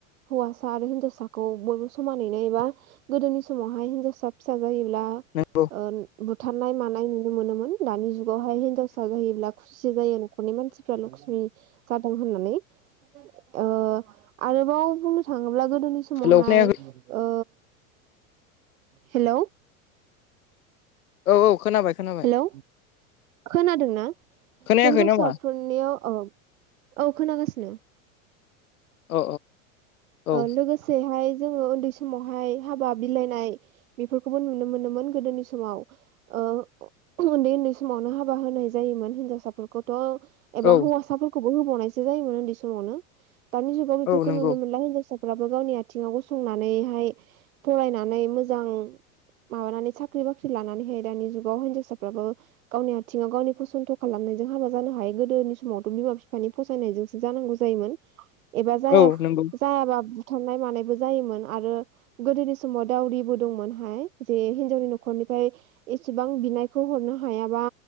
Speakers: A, on the right; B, on the left.
A: हौवासा आरो हिनजावसाखौ बयबो समानैनो एबा गोदोनि समावहाय हिनजावसा फिसा जायोब्ला
B: नंगौ
A: ओ बुथारनाय मानाय नुनो मोनोमोन दानि जुगावहाय हिनजावसा जायोब्ला खुसिसो जायो। खरनि मानसिफ्रा लक्ष्मि जादों होननानै ओ आरोबाव बुंनो थाङोब्ला गोदोनि समावहाय
B: हेलौ खोनायाखै
A: ओ हेल'
B: औ औ खोनाबाय खोनाबाय
A: हेलौ खोनादोंना
B: खोनायाखै
A: हिनजावसाफोर
B: नामा
A: नियाव औ औ खोनागासिनो
B: औ औ
A: ओ लोगोसेहाय जोङो उन्दै समावहाय हाबा बिलाइनाय बेफोरखौबो नुनो मोनोमोन गोदोनि समाव ओ उन्दै उन्दै समावनो हाबा होनाय जायोमोन हिनजावसाफोरखौथ' एबा
B: औ
A: हौवासाफोरखौबो होबावनायसो जायोमोन उन्दै समावनो दानि जुगाव बेफोरखौ
B: औ नंगौ
A: नुनो मोनला हिनजावसा फोराबो गावनि आथिङाव गसंनानैहाय फरायनानै मोजां माबानानै साख्रि बाख्रि लानानैहाय दानि जुगाव हिन्जावसाफ्राबो गावनि आथिङाव गावनि फसन्थ' खालामनायजों हाबा जानो हायो गोदोनि समावथ' बिमा-बिफानि फसायनायजोंसो जानांगौ जायोमोन। एबा जाया
B: औ नंगौ
A: जायाबा बुथारनाय मानायबो जायोमोन आरो गोदोनि समाव दावरिबो दंमोनहाय जे हिनजावनि न'खरनिफ्राय एसेबां बिनायखौ हरनो हायाबा